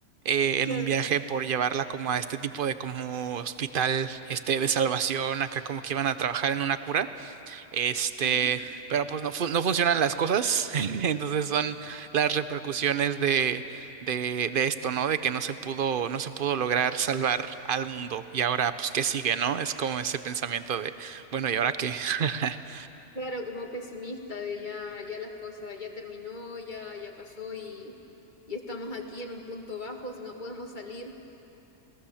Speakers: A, on the right; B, on the left.
A: eh, en
B: claro.
A: un viaje por llevarla como a este tipo de como hospital, este, de salvación, acá como que iban a trabajar en una cura. Este,
B: ujú.
A: pero pues no, fu- no funcionan las cosas. <laughs> Entonces son las repercusiones de, de, de esto, ¿no? De que no se pudo, no se pudo lograr salvar al mundo. Y ahora, pues, ¿qué sigue, no? Es como ese pensamiento de, bueno, ¿y ahora qué? <laughs>
B: Claro, como pesimista de ya, ya las cosas, ya terminó, ya, ya pasó y, y estamos aquí en un punto bajo, no podemos salir.